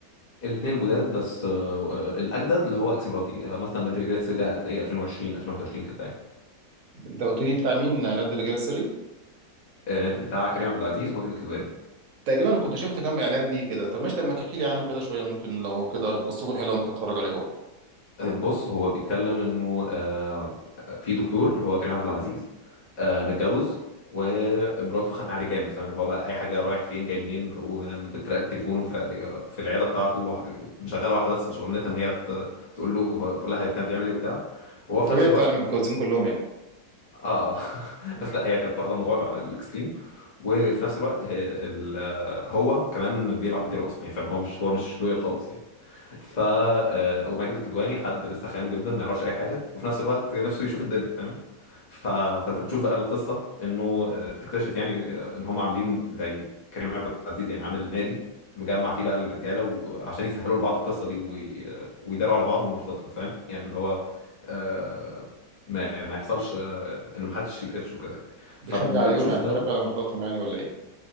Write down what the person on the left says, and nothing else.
الاثنين جداد بس آه آه، الاجدد اللي هو اكس مراتي آه مثلا نادي الرجال السري ده هتلاقيه 2020 2021 كده يعني
آه نادي- بتاع كريم عبد العزيز وماجد الكدواني
آه، بص هو بيتكلم انه آه، في دكتور اللي هو كريم عبد العزيز آه، متجوز ومراته خانقه عليه جامد فاهم اللي هو بقى اي حاجه رايح فين جاي منين وبتراقب تليفونه وبتراقب في العياده بتاعته مشغله واحده بس شغلانتها ان هي ت- تقول له تقول لها هي بتعمل- بيعمل ايه وبتاع وهو
في نفس الوقت
اه <laughs>
بس لا هي كانت واخده موضوع الاكستريم وفي نفس الوقت هي ال... هو كمان بيلعب بديله اصلا يعني فاهم هو مش هو مش لويال خالص يعني ف آه، وماجد الكدواني حد لسه خام جدا ما يعرفش اي حاجه وفي نفس الوقت نفسه يشوف الدنيا فاهم ف... فانت بتشوف بقى القصه انه آه، بتكتشف يعني آه، ان هم عاملين زي كريم عبد العزيز يعني عامل نادي مجمع فيه بقى الرجاله وعشان يسهلوا لبعض القصه دي وي... ويداروا على بعض من مرتبطاتهم فاهم يعني اللي هو آه، ما ما يحصلش آه، ان محدش يتقفش وكده يعني
فبتشوف
ده